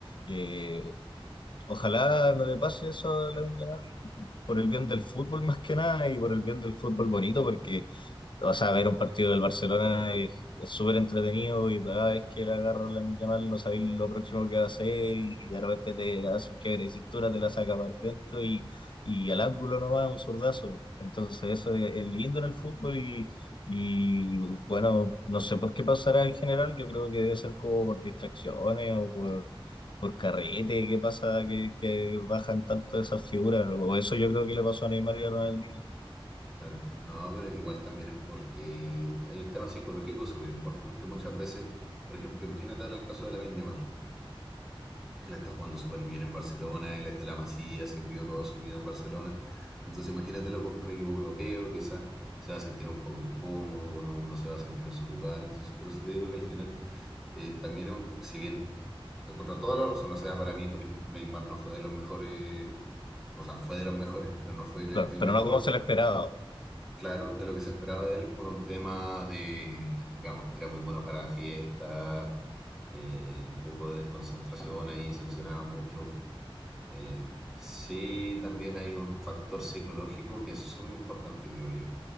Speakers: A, on the left; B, in the centre.
A: eh, Ojalá no le pase eso a Lamine Yamal por el bien del fútbol más que nada y por el bien del fútbol bonito, porque o sea, ver un partido del Barcelona es es súper entretenido y cada vez que le agarra la Yamal no sabes lo próximo que va a hacer y de repente te hace un quiebre de cintura, te la saca para dentro y, y al ángulo no va un zurdazo. Entonces eso es, es lindo en el fútbol y, y bueno, no sé por qué pasará en general, yo creo que debe ser como por distracciones o por, por carrete, qué pasa que, que bajan tanto esas figuras, o eso yo creo que le pasó a Neymar y a Ronaldinho.
B: Claro, no, pero igual también es porque hay un tema psicológico súper importante muchas veces. Por ejemplo, imagínate ahora el caso de Lamine Yamal. que la está jugando súper bien en Barcelona, él es de la Masía, se crió toda su vida en Barcelona. Entonces imagínate lo compra un equipo europeo, quizás se va a sentir un poco incómodo, no, no se va a sentir en su lugar. Entonces por eso te digo que al final eh, también, es un- si bien te encuentro toda la razón, o sea, para mí, por ejemplo, Neymar no fue de los mejores, o sea, fue de los mejores, pero no fue el
A: Claro,
B: el
A: pero
B: mejor.
A: no como se le esperaba.
B: Claro, de lo que se esperaba de él por un tema de, digamos, que era muy bueno para fiestas, eh, un poco de desconcentración ahí, se lesionaba mucho. Eh, sí, también hay un factor psicológico que es súper importante, creo yo,